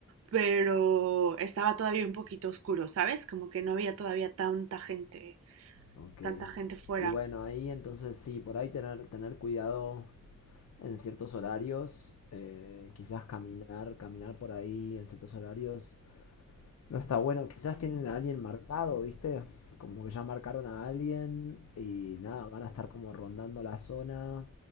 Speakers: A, on the right (about 65°); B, on the left (about 80°).
A: pero estaba todavía un poquito oscuro, ¿sabes? Como que no había todavía tanta gente,
B: Ok.
A: tanta gente fuera.
B: Y bueno, ahí entonces sí, por ahí tener, tener cuidado en ciertos horarios, eh, quizás caminar, caminar por ahí en ciertos horarios, no está bueno. Quizás tienen a alguien marcado, ¿viste? Como que ya marcaron a alguien y nada, van a estar como rondando la zona